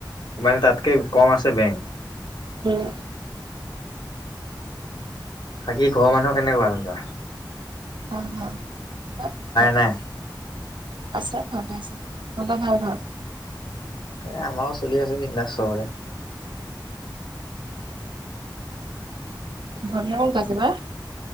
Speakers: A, on the left; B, on the right.
A: মানে তাতকে কম আছে <unintelligible>
B: উম
A: বাকী ঘৰৰ মানুহ কেনেকোৱা তহতৰ
B: <unintelligible> আছে ভালে
A: নাই?
B: আছে তহঁতৰ ভাল ঘৰত
A: এই আমাৰও চলি আছে বিন্দাচ চবৰে
B: ধন কত পাছি বা